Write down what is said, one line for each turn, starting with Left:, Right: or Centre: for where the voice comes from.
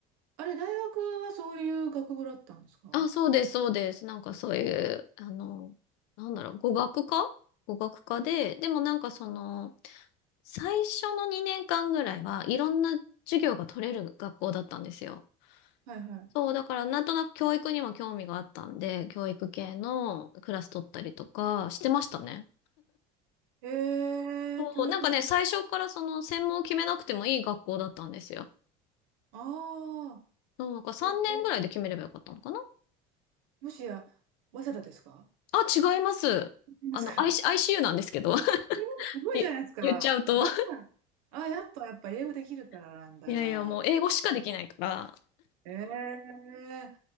Right: あれ、大学はそういう学部だったんですか
Left: あ、そうです、そうです。なんかそういう、あの、なんだろう、語学科語学科で、でもなんかその、最初の2年間ぐらいはいろんな授業が取れる学校だったんですよ。
Right: はいは
Left: そう、だからなんとなく教育にも興味があったんで、教育系のクラス取ったりとかしてましたね。
Right: い。えー、
Left: そう、
Right: 教育で。
Left: なんかね、最初からその専門を決めなくてもいい学校だったんですよ。
Right: ああ、
Left: そうなんか3年ぐらいで決めればよかったのかな
Right: え、え、もしや、早稲田ですか
Left: あ、違います。
Right: いますか
Left: あの、IC、i ユ u なんですけど。<laughs>
Right: えーすごいじゃないですか。
Left: い言っちゃうと。
Right: あ、だからあ、やっぱ、やっぱ英語できるからなんだ。
Left: <laughs> いやいや、もう英語しかできないから。
Right: えー、